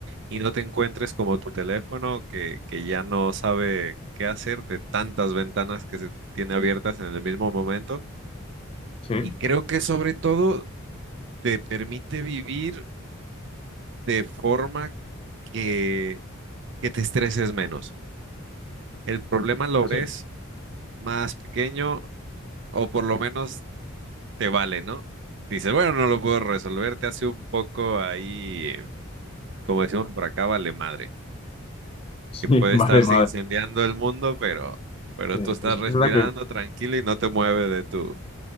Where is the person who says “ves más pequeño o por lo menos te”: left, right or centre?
Right